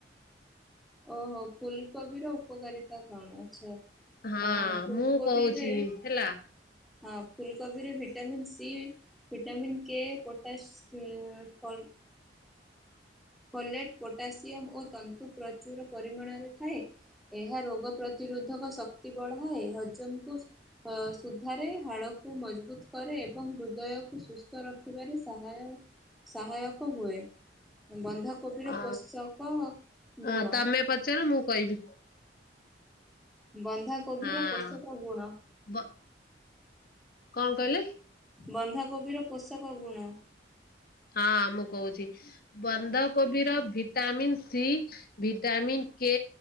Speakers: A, in the centre; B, on the left.
A: ଓହୋ ଫୁଲକୋବି ର ଉପକାରିତା କଣ? ଆଚ୍ଛା।
B: ହଁ
A: ଅ ଫୁଲକୋବିରେ
B: ମୁଁ କହୁଛି ହେଲା।
A: ହଁ ଫୁଲକୋବି ରେ vitamin C vitamin K ପୋଟାସ ଫ ଫଲେଟ ପୋଟାସିୟମ ଓ ତନ୍ତୁ ପ୍ରଚୁର ପରିମାଣରେ ଥାଏ। ଏହା ରୋଗ ପ୍ରତିରୋଧକ ଶକ୍ତି ବଢାଏ ହଜମକୁ ଅ ସୁଧାରେ ହାଡ କୁ ମଜବୁତ କରେ ଏବଂ ହୃଦୟକୁ ସୁସ୍ଥ ରଖିବାରେ ସାହାୟ ସହାୟକ ହୁଏ। ବନ୍ଧାକୋବିର
B: ଅ
A: ପୋଷକ
B: ଅ,
A: ଗୁଣ
B: ତମେ ପଚାର ମୁଁ କହିବି
A: ବନ୍ଧାକୋବିର
B: ହଁ
A: ପୋଷକ ଗୁଣ
B: ବ- କଣ କହିଲେ?
A: ବନ୍ଧାକୋବିର ପୋଷକ ଗୁଣ
B: ହଁ ମୁଁ କହୁଛି ବନ୍ଧାକୋବି ର ଭିଟାମିନ୍ ସି ଭିଟାମିନ୍ କେ